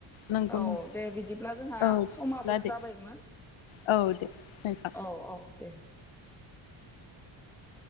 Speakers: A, on the left; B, in the centre.
A: नंगौ
B: औ
A: नंगौ
B: दे बिदिब्ला जोंहा
A: औ बिदिब्ला
B: समाबो
A: दे
B: जाबायमोन
A: औ दे नोंथां
B: औ औ दे। <inaudible>